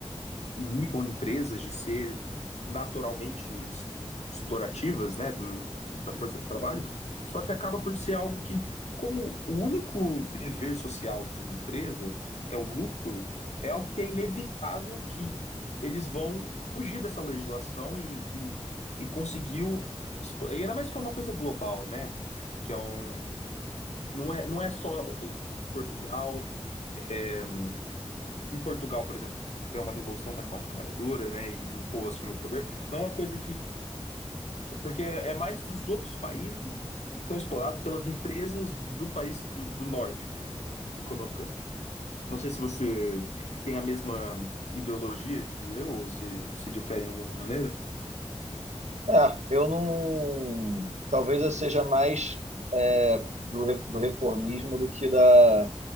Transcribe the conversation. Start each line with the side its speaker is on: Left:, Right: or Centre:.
Left: inibam empresas de ser naturalmente explorativas, né, do, da força de trabalho, só que acaba por ser algo que, como o único dever social de uma empresa é o lucro, é algo que é inevitável que eles vão fugir dessa legislação e, e, e conseguir, o- e ainda mais que é uma coisa global, né, que é um, não é, não é só, ok, Portugal, é, em Portugal, por exemplo, tiver uma revolução da classe trabalhadora, né, e o povo assumiu o poder, não é uma coisa que, porque é é mais dos outros países que estão explorados pelas empresas do país do, do norte econômica. Eu não sei se você tem a mesma ideologia que eu, ou se se difere em alguma maneira.
Right: É, eu não. Talvez eu seja mais é, do, re- do reformismo do que da